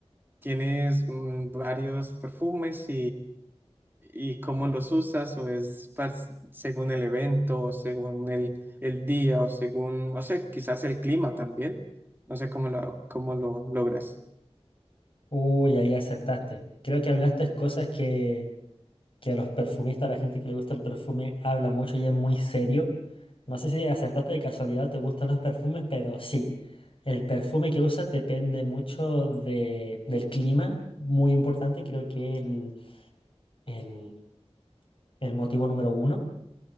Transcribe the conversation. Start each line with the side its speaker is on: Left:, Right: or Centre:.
Right: ¿tienes mm, varios perfumes y cómo los usas, o es par- según el evento, o según el, el día, o según, no sé, quizás el clima también. No sé cómo lo, cómo lo logras.
Left: Uy, ahí acertaste. Creo que hablaste cosas que, que a los perfumistas, a la gente que le gusta el perfume, habla mucho y es muy serio. No sé si acertaste de casualidad o te gustan los perfumes, pero sí. El perfume que usas depende mucho de, del clima, muy importante, creo que el, el, el motivo número uno.